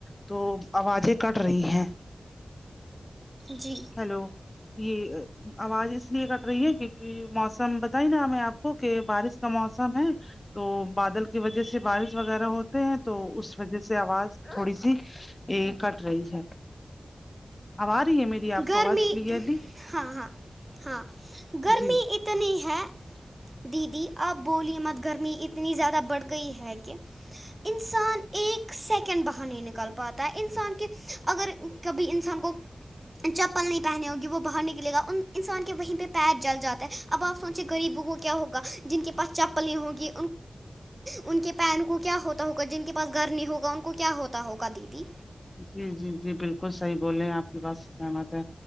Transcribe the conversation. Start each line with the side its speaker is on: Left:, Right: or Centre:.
Left: تو آوازیں کٹ رہی ہیں
Right: جی
Left: و یہ آواز اس لیے کٹ رہی ہے کیونکہ موسم بتائی نا ہمیں آپ کہ بارش کا موسم ہے تو بادل کی وجہ سے بارش وغیرہ ہوتے ہیں تو اس وجہ سے آواز تھوڑی سی یہ کٹ رہی ہے اب آرہی ہے میری آپ
Right: گرمی
Left: کو آواز کلیئرلی
Right: ہاں ہاں ہاں گرمی
Left: جی
Right: اتنی ہے دیدی اب بولیے مت گرمی اتنی زیادہ بڑھ گئی ہے کہ انسان ایک سیکنڈ باہر نہیں نکل پاتا ہے انسان کے اگر کبھی انسان کو چپل نہیں پہنے ہوگی وہ باہر نکلے گا انسان کے وہیں پہ پیر جل جاتا ہے اب آپ سوںچیں غریبوں کو کیا ہوگا جن کے پاس چپل نہیں گی ان کے پیر کو کیا ہوتا ہوگا جن کے پس گھر نہیں ہوگا ان کو کیا ہوتا ہوگا دیدی
Left: جی جی جی بالکل صحیح بولے ہیں آپ کی بات سہمت ہے